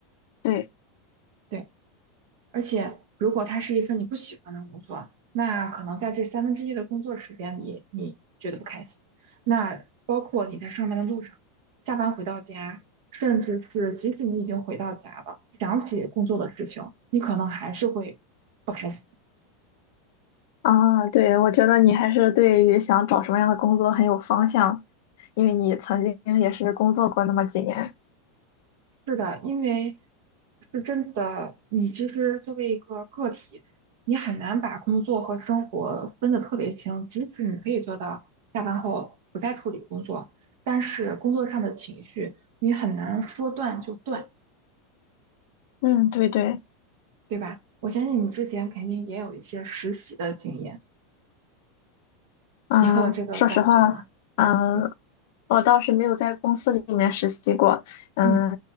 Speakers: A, on the left; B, on the right.
A: 对。
B: 对。而且，如果它是一份你不喜欢的工作，那可能在这三分之一的工作时间里，你觉得不开心。那包括你在上班的路上、下班回到家，甚至是即使你已经回到家了，想起工作的事情，你可能还是会不开心。
A: 啊，对，我觉得你还是对于想找什么样的工作很有方向，因为你曾经也是工作过那么几年。
B: 是的，因为是真的，你其实作为一个个体，你很难把工作和生活分得特别清。即使你可以做到下班后不再处理工作，但是工作上的情绪你很难说断就断，
A: 嗯，对对。
B: 对吧？我相信你之前肯定也有一些实习的经验，
A: 嗯，
B: 你会有这个感觉吗？
A: 说实话，嗯，
B: 嗯
A: 我倒是没有在公司里面实习过。嗯，
B: 嗯